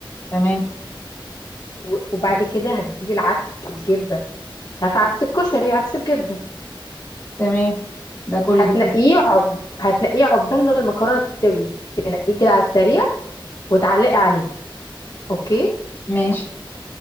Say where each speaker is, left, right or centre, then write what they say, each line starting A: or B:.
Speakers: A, on the left; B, on the left.
A: تمام
B: و- وبعد كده هتجيبي العدس الجبه انت عارفه عدس الكشري عدس بجبه
A: تمام ده كل
B: هتنقيه
A: ده
B: عب... هتنقيه عقبال ما المكرونه تستوي تنقيه كده على السريع وتعلقي عليه اوكي
A: ماشي